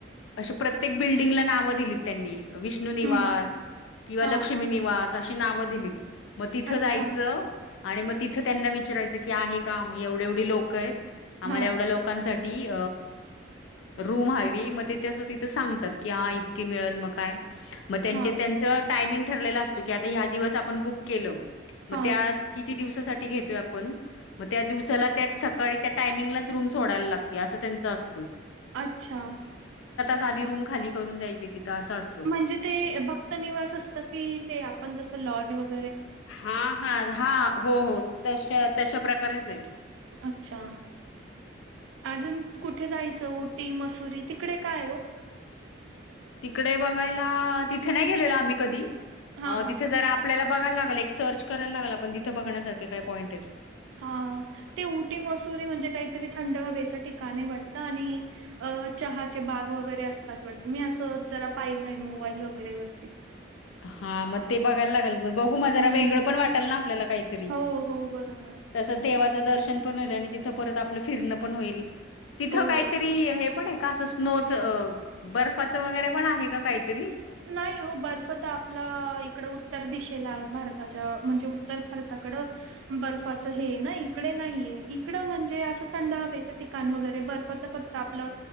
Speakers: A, on the left; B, on the right.
A: अे प्रत्येक बिल्डिंगला नावं दिलीत त्यांनी... विष्णु निवास
B: हं,
A: किंवा
B: हां,
A: लक्ष्मी
B: हां,
A: निवास... अशी नाव दिली... मग तिथं
B: अच्छा.
A: जायचं. आणि मग तिथं त्यांना विचारायचं की आहे क काम एवढे एवढी लोकं येत आम्हाला
B: हां,
A: एवढ्या लोकांसाठी टी रूम हवी मग ते तं तिथं सांगतात की हा इतके मिळेल मग काय मग त्यांच
B: हां,
A: त्यांच टामिंग ठरलेला असतो की आ ह दिवस आपण बुक केलं. मग
B: हां,
A: त्या किती दिवस सासाठी घेतोय आपण मग त्या दिवसाला त्या सकाळी त्या टायमिंगलाच रूम सोडायला लागते अस त्याचं च असत.
B: अच्छा.
A: साधी रूम खाली करून दयाची तिथं असं असतं.
B: म्हणजे ते भक्त निवास असत की ते आपण जस लॉज वगै
A: हा हा हा हो हो. तश तशा प्रकारेचे.
B: अच्छा अजून कुठे जायचं उऊटी मसुरी तिकडे काय ओ?
A: तिकडे बघायला तिथे नाही गेलेला आम्ही कधी
B: हा
A: अं
B: हा.
A: तिथे जरा आपल्याला बघायला लागलं एक सर्च करायला लागला आपण तिथे बघण्यासारखे काय पॉईंट आहेत.
B: हा ते उऊटी मसुरी म्हणजे काहीतरी थंड हवेच ठिकाणे वाटत? ता आणि अ चहा चे बाग वगैरे असतात वाटत मी अस जरा पाहिलंय मोबाईल वगैरे वरती
A: हा मग ते बघायला लागेल म बघू माझरा
B: हम्म.
A: वेगळं पण वाटेल ना आपल्याला काहीतरी.
B: हो हो बरोबर.
A: तसं देवाचं दर्शन पण होईल आणि तिथं परत आपलं फिरण पण होईल. तिथं
B: हो.
A: काहीतरी हे पण ये. का असं स्नोच बर्फाचं वगैरे पण आहे का काहीतरी
B: नाही हो बर्फ तर आपला इकडं उत्तर दिशेला आहे. भारताच्या म्हणजे उत्तर भारताकडं बर्फाच हे ना इकडे नाहीये इकडं म्हणजे असं थंड हवेचं ठिकाण वगैरे बर्फ तर फक्त आपलं